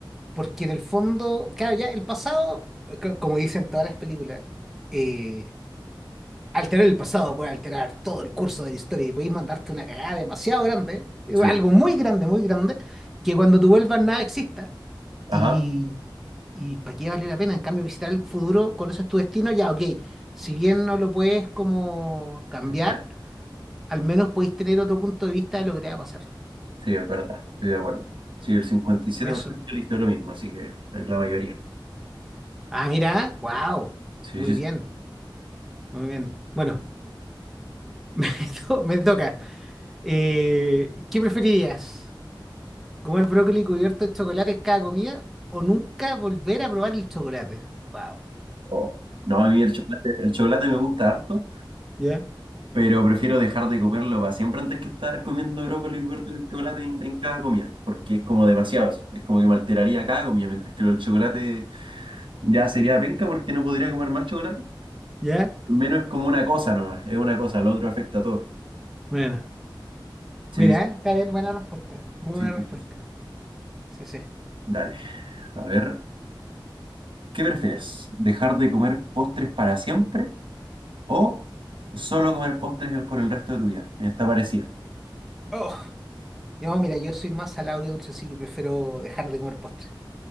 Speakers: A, in the centre; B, on the right (about 75°).
A: porque en el fondo, claro, ya el pasado, co- como dicen todas las películas, eh, Alterar el pasado puede alterar todo el curso de la historia y podéis mandarte una cagada demasiado grande, eh,
B: sí.
A: algo muy grande, muy grande, que cuando tú vuelvas nada exista
B: Ajá.
A: y, y ¿para qué vale la pena? En cambio, visitar el futuro, conoces tu destino, ya, ok, si bien no lo puedes como cambiar,
B: ya,
A: al menos podéis tener otro punto de vista de lo que te va a pasar.
B: Sí, es verdad. Estoy de acuerdo. Sí, el cincuenta y siete
A: Por eso.
B: por ciento eligió lo mismo, así que es la mayoría.
A: Ah, mira, wow,
B: Sí,
A: muy
B: sí,
A: bien,
B: sí.
A: muy bien. Bueno, <laughs> me, to- me toca. Eh, ¿qué preferirías? ¿Comer brócoli cubierto de chocolate en cada comida o nunca volver a probar el chocolate? Wow.
B: Oh. No, a mí el chocolate, el chocolate me gusta harto,
A: ¿Ya?
B: pero prefiero dejar de comerlo para siempre antes que estar comiendo brócoli cubierto de chocolate en, en cada comida, porque es como demasiado. eso. Es como que me alteraría cada comida, mientras que el chocolate ya sería penca porque no podría comer más chocolate.
A: ¿Ya?
B: Al menos es como una cosa nomás, es una cosa, lo otro afecta a todo.
A: Bueno.
B: Sí,
A: Mira,
B: sí,
A: ¿eh? está bien, buena respuesta. Muy
B: sí.
A: buena
B: sí.
A: respuesta.
B: sí.
A: Sí, sí.
B: Dale, a ver, ¿qué prefieres? ¿Dejar de comer postres para siempre o solo comer postres el- por el resto de tu vida? Mira, está parecida.
A: Oh. Yo, mira, yo soy más salado que dulce, así que prefiero dejar de comer postre.